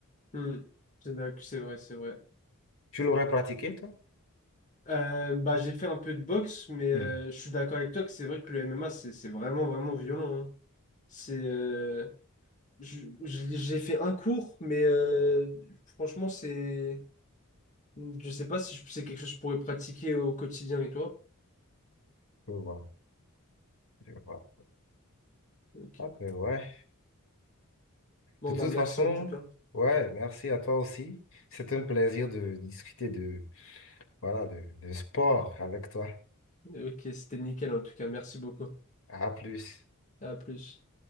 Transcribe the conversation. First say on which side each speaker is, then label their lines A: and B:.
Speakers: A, on the left; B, on the left.
A: Hmm. C'est d'ac- c'est vrai, c'est vrai.
B: Tu l'aurais pratiqué, toi?
A: Euh, bah, j'ai fait un peu de boxe, mais
B: Hmm,
A: euh, je suis d'accord avec toi que c'est vrai que le MMA, c'est c'est vraiment, vraiment violent. hein. C'est, euh, je- je- j'ai fait un cours, mais euh, franchement, c'est, je sais pas si je- c'est quelque chose que je pourrais pratiquer au quotidien et toi.
B: je vois, je vois.
A: Ok.
B: Ah, ben ouais.
A: Bon,
B: De toute
A: bah, merci
B: façon,
A: en tout cas.
B: ouais, merci à toi aussi. C'est un plaisir de discuter de, voilà, de, de sport avec toi.
A: Ok, c'était nickel en tout cas. Merci beaucoup.
B: À plus.
A: À plus.